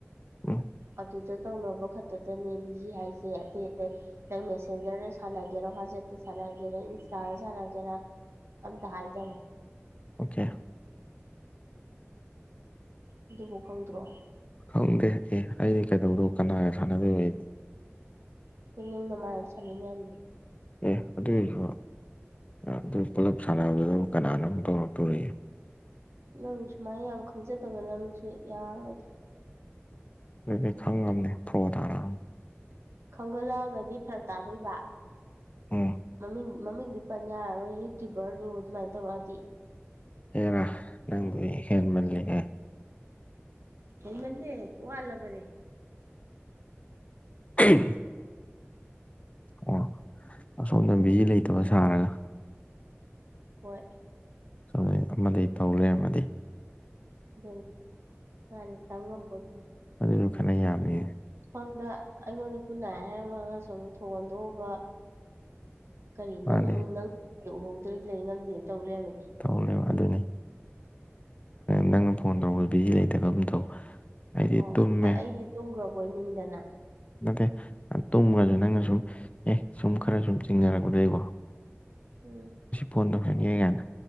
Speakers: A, on the left; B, on the right.
A: ꯎꯝ
B: ꯑꯗꯨꯗ ꯇꯧꯅꯕ ꯈꯛꯇꯗꯅꯦ ꯕꯤꯖꯤ ꯍꯥꯏꯁꯦ ꯑꯇꯩ ꯑꯇꯩ ꯅꯪ ꯃꯦꯁꯦꯟꯖꯔꯗ ꯁꯥꯟꯅꯒꯦꯔꯥ ꯋꯥꯆꯦꯞꯇ ꯁꯥꯟꯅꯒꯦꯔꯥ ꯏꯟꯁꯇꯥꯗ ꯁꯥꯟꯅꯒꯦꯔꯥ ꯑꯝꯇ ꯍꯥꯏꯗꯦ
A: ꯑꯣꯀꯦ
B: ꯑꯗꯨꯕꯨ ꯈꯪꯗ꯭ꯔꯣ
A: ꯈꯪꯗꯦ ꯑꯦ ꯑꯩꯗꯤ ꯀꯩꯗꯧꯔꯣ ꯀꯅꯥꯒ ꯁꯥꯟꯅꯗꯣꯏꯕ ꯑꯩꯅꯣ
B: ꯑꯩꯈꯣꯏ ꯅꯪꯅꯃꯥꯟꯅ ꯁꯥꯟꯅꯩ ꯃꯌꯥꯝꯗꯨꯗꯤ
A: ꯑꯦ ꯑꯗꯨꯏꯁꯨ ꯑꯗꯨ ꯄꯨꯂꯞ ꯁꯥꯟꯅꯕꯗꯨꯗꯕꯨ ꯀꯅꯥꯅ ꯑꯃꯨꯛ ꯇꯧꯔꯛꯇꯣꯔꯤ
B: ꯅꯪ ꯁꯨꯃꯥꯏꯅ ꯌꯥꯝ ꯈꯪꯖꯗꯕ ꯅꯪꯁꯨ ꯌꯥꯔꯣꯏꯗꯅ
A: ꯑꯗꯨꯗꯤ ꯈꯪꯉꯕꯅꯦ ꯄ꯭ꯔꯣꯠꯔꯥꯡ
B: ꯈꯪꯒꯠꯂꯛꯑꯒꯗꯤ ꯐꯔꯛ ꯇꯥꯗꯣꯏꯕ
A: ꯎꯝ
B: ꯃꯃꯤꯡ ꯃꯃꯤꯡꯗꯤ ꯄꯟ ꯌꯥꯔꯔꯣꯏ ꯌꯨꯇ꯭ꯌꯨꯕꯔꯗꯨꯣ ꯑꯗꯨꯃꯥꯏꯅ ꯇꯧꯔꯛꯑꯗꯤ
A: ꯍꯦꯔꯥ ꯅꯪꯗꯨ ꯍꯦꯟꯃꯜꯂꯤꯉꯦ
B: ꯍꯟꯅꯟꯅꯦ ꯋꯥꯠꯂꯕꯅꯦ
A: ꯎꯝ ꯑꯣ ꯑꯁꯣꯝꯗ ꯕꯤꯖꯤ ꯂꯩꯇꯕ ꯁꯥꯔꯒ
B: ꯍꯣꯏ
A: ꯁꯨꯝ ꯑꯃꯗꯤ ꯇꯧꯔꯦ ꯑꯃꯗꯤ
B: ꯑꯗꯨꯅꯦ ꯅꯅꯦ ꯇꯉꯝ ꯄꯠꯇ
A: ꯑꯗꯨꯗꯨ ꯈꯔꯅ ꯌꯥꯝꯅꯤ
B: ꯁꯣꯝꯗ ꯑꯩꯉꯣꯟꯗ ꯈꯨꯟꯅꯥꯏ ꯍꯥꯏꯔꯝꯃꯒ ꯁꯣꯝꯗ ꯊꯣꯡꯟꯊꯣꯛꯑꯕ ꯀꯔꯤ
A: ꯃꯥꯅꯦ
B: ꯅꯪ ꯅꯪ ꯎꯍꯣꯡꯗ꯭ꯔꯗꯤ ꯂꯩ ꯉꯪꯗꯦꯅ ꯇꯧ ꯂꯩ ꯍꯥꯏꯕꯗꯤ
A: ꯇꯧꯔꯅꯦꯕ ꯑꯗꯨꯅꯤ ꯅꯪꯅ ꯐꯣꯟ ꯇꯧꯔꯄ ꯕꯤꯖꯤ ꯂꯩꯇꯒꯝ ꯇꯧ ꯑꯩꯗꯤ
B: ꯑꯣ
A: ꯇꯨꯝꯃꯦ
B: ꯑꯩꯗꯤ ꯇꯨꯝꯈ꯭ꯔꯕꯣꯏ ꯅꯤꯡꯗꯅ
A: ꯅꯠꯇꯦ ꯇꯨꯝꯈ꯭ꯔꯁꯨ ꯅꯪꯅ ꯁꯨꯝ ꯑꯦ ꯁꯨꯝ ꯈꯔ ꯁꯨꯝ ꯆꯤꯡꯅꯔꯛꯄꯗꯗꯒꯤꯀꯣ
B: ꯎꯝ
A: ꯐꯣꯟ ꯇꯧꯁꯟꯒꯦ ꯀꯥꯏꯅ